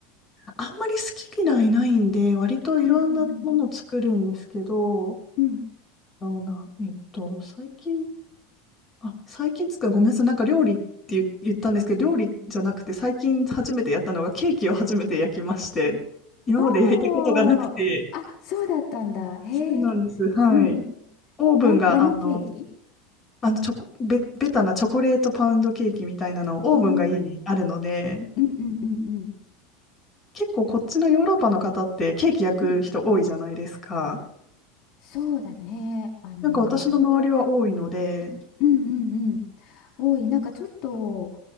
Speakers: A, on the left (about 25°); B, on the left (about 50°).
A: あんまり好き嫌いないんで、割といろんなもの作るんですけど、
B: うんうんうん。うん
A: どうな、えっと、最近、あ、最近作る、ごめんなさい、なんか料理って言言ったんですけど、料理じゃなくて、最近初めてやったのがケーキを初めて焼きまして、今まで焼いたことがなくて、
B: おー、あ、そうだったんだ。へえ。
A: そうなんです。はい。
B: うんうん。
A: オーブンが、
B: えな、何ケーキ
A: あの、あの、チョコ、ベベタなチョコレートパウンドケーキみたいなのをオーブンが家にあるので、
B: おお、うんうんうんうん。
A: 結構こっちのヨーロッパの方ってケーキ焼く人多いじゃないですか。
B: うんそうだね。あの、
A: なんか私の周りは多いので、
B: うんうんうん。多い。なんかちょっと、